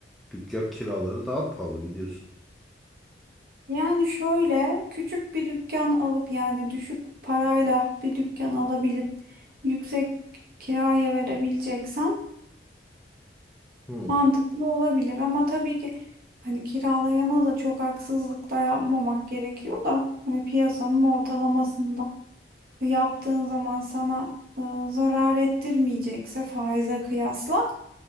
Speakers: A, in the centre; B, on the right (about 50°).
A: Dükkan kiraları daha pahalı biliyorsun.
B: Yani şöyle küçük bir dükkan alıp yani düşük parayla bir dükkan alabilip yüksek kiraya verebileceksen
A: Hmm,
B: mantıklı olabilir. Ama tabii ki hani kiralayana da çok haksızlık da yapmamak gerekiyor da hani piyasanın ortalamasında yaptığın zaman sana e, zarar ettirmeyecekse faize kıyasla